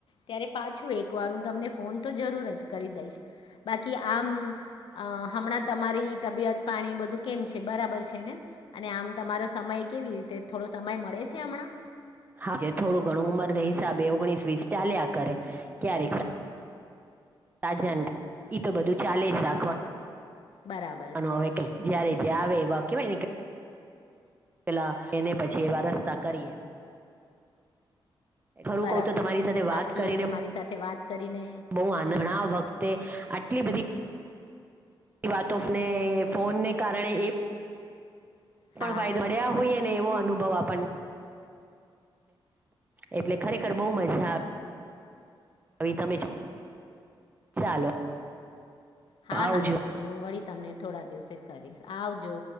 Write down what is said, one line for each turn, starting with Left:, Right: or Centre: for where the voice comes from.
Left: ત્યારે પાછું એક વાર હું તમને. ફોન તો જરૂર જ કરી દઈશ બાકી આમ હમણાં તમારી તબિયત. પાણી એ બધું કેમ છે બરાબર છે ને અને આમ તમારો સમય કેવી રીતે થોડો સમય મળે છે હમણાં.
Right: હા થોડું ઘણું ઉંમરના હિસાબે ઓગણીસ વીસ ચાલ્યા કરે ક્યારેક. રાજન ઈ તો બધું ચાલે જ રાખવા.
Left: બરાબર
Right: વાનું
Left: છે
Right: હવે કઈ જયારે જ આવે એવા કેહેવાય ને. પેલા એને પછી એ વા રસ્તા કરીએ. ખરું
Left: બરાબર
Right: કઉ તો તમારી
Left: છે
Right: સાથે
Left: બાકી
Right: વાત કરીને
Left: તમારી સાથે વાત. કરીને
Right: બહુ આંધણા વખતે આટલી બધી. એ વાતોને ફોનને કારણે એ.
Left: હા
Right: પણ ફાયદો મળ્યા હોઈએ ને એવો અનુભવ આપણને. એટલે ખરેખર બહુ મજા આવે. હ તમે છ ચાલો.
Left: હા
Right: આવજો
Left: હા નક્કી હું વળી તમને થોડા દિવસે કરીશ આવજો.